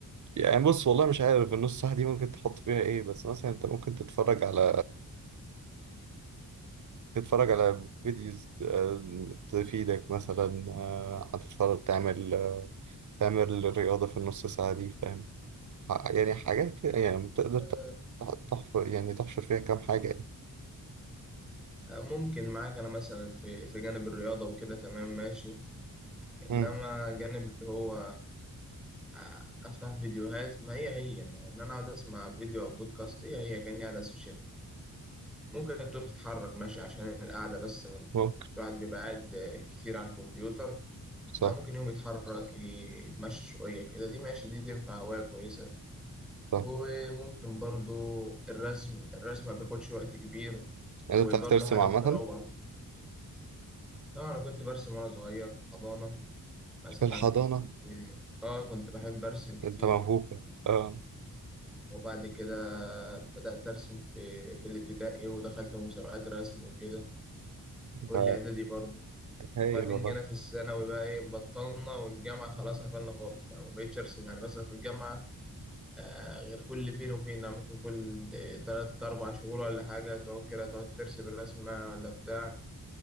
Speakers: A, on the right; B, in the centre.
A: يعني بص والله مش عارف النص ساعة دي ممكن تحط فيها إيه بس مثلا أنت ممكن تتفرج على تتفرج على فيديوز آه، تفيدك مثلا آه، هتتفرج تعمل آه، تعمل رياضة في النص ساعة دي فاهم ح- يعني حاجات كده يعني تقدر
B: آه،
A: تح- تحفر يعني تحشر فيها كام حاجة يعني
B: آه، ممكن معاك أنا مثلا في في جانب الرياضة وكده تمام ماشي إنما
A: مم،
B: جانب اللي هو آه، أفتح فيديوهات ما هي هي ما هو إن أنا أقعد أسمع فيديو أو بودكاست هي هي كأني قاعد على السوشيال ميديا ممكن تقوم تتحرك ماشي عشان القعدة بس ما ت-
A: ممكن
B: الواحد بيبقى قاعد آه، كتير على الكمبيوتر
A: صح
B: فممكن يوم يتحرك يتمشى شوية كده دي ماشي دي تنفع هواية كويسة
A: صح.
B: وممكن برضو الرسم الرسم ما بياخدش وقت كبير
A: يعني
B: وبرضو
A: انت بتعرف ترسم
B: حاجة
A: عامة
B: بتروح اه أنا كنت برسم وأنا صغير في الحضانة مثلا
A: في الحضانة
B: كنت اه كنت بحب أرسم كتير
A: انت موهوب اه
B: وبعد كده بدأت أرسم في, في الابتدائي ودخلت مسابقات رسم وكده
A: انت
B: والإعدادي برضو
A: هايل
B: وبعدين
A: والله
B: جينا في الثانوي بقى إيه بطلنا والجامعة خلاص قفلنا خالص بقى ما بقتش أرسم يعني مثلا في الجامعة آه، غير كل فين وفين يعني ممكن كل تلات أربع شهور ولا حاجة تقعد كده تقعد ترسم الرسمة ولا بتاع